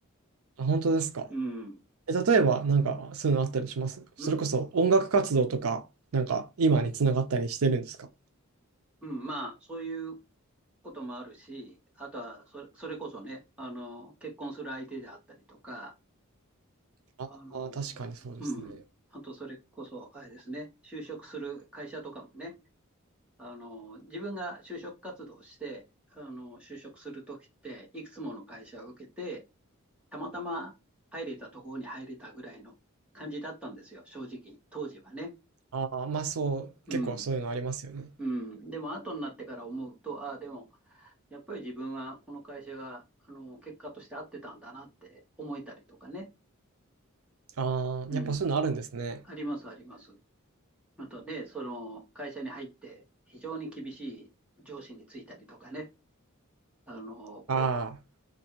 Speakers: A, on the right; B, in the centre.
A: あ、本当ですか。
B: うん。
A: え、例えば、なんか、そういうのあったりしますそれこそ音楽活動とか、
B: うん。
A: なんか、今につながったりしてるんですか
B: うん。まあ、そういうこともあるし、あとはそれ、それこそね、あの、結婚する相手であったりとか、
A: ああー、
B: あの、
A: 確かにそうですね。
B: うん。あと、それこそ、あれですね、就職する会社とかもね、あの、自分が就職活動して、あの、就職するときって、いくつもの会社を受けて、たまたま入れたところに入れたぐらいの感じだったんですよ、正直、当時はね。
A: ああ、まあそう、
B: うん。
A: 結構そういうのありますよね。
B: うん。でも、後になってから思うと、ああ、でも、やっぱり自分はこの会社が、あの、結果として合ってたんだなって思えたりとかね。
A: ああ、
B: うん。
A: やっぱそういうのあるんですね。
B: あります、あります。またね、その、会社に入って、非常に厳しい上司についたりとかね。あの、こう、
A: ああ、